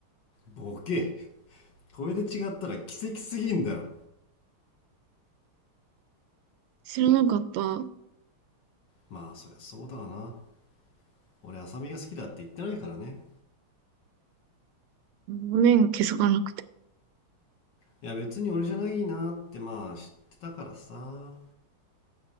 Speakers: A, on the left; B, on the right.
A: ボケこれで違ったら奇跡すぎんだろ
B: 知らなかった。
A: まあそりゃそうだわな俺浅見が好きだって言ってないからね
B: ごめん、気づかなくて。
A: いや別に俺じゃないなってまあ知ってたからさ